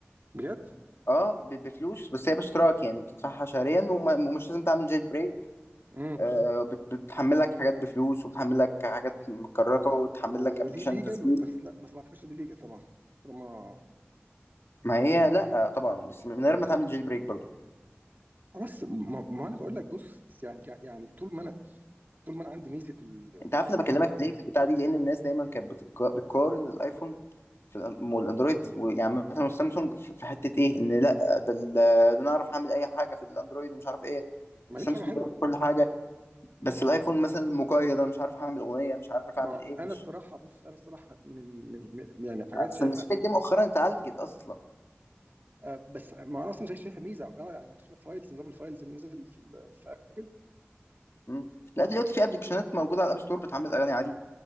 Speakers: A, on the right; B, on the left.
A: بجد
B: اه ب- بفلوس بس هي باشتراك يعني بتدفعها شهريا وما- ومش لازم تعمل جيل بريك
A: امم
B: آه، بت- بتحمل لك حاجات بفلوس وبتحمل لك حاجات مكركه وبتحمل
A: ودي
B: لك ابلكيشن
A: ليجل
B: تسجيل
A: بس لا بس ما اعتقدش ان دي ليجل طبعا طالما
B: ما هي لا آه، طبعا بس من غير
A: آه.
B: ما تعمل جيل بريك برضو
A: آه، بس ما, ما انا بقول لك بص يعني يعني طول ما انا طول ما انا عندي ميزه ال-
B: انت عارف
A: اللي
B: انا بكلمك
A: هو
B: ليه في البتاع دي لان الناس دايما كانت بتك- بتقارن الايفون في الأن- والاندرويد يعني مثلا السامسونج في في حته ايه ان لا ده ال- ده انا اعرف اعمل اي حاجه في الاندرويد ومش عارف ايه
A: ما
B: السامسونج
A: لهمش حاجه حلوه
B: بيعمل كل حاجه بس الايفون
A: ما,
B: مثلا مقيد انا مش عارف اعمل اغنيه مش عارف
A: ما
B: اعمل ايه
A: انا
B: مش
A: الصراحه بص انا الصراحه من من من- يعني حاجات شايفها
B: اصل المشكله دي مؤخرا اتعالجت اصلا
A: آه، بس ما انا اصلا شايف- شايفها ميزه اه يعني عشان الفايلز نظام الفايلز اللي نزل في ال- في ابل
B: مم. لا دلوقتي في ابلكيشنات موجوده على الاب ستور بتعمل اغاني عادي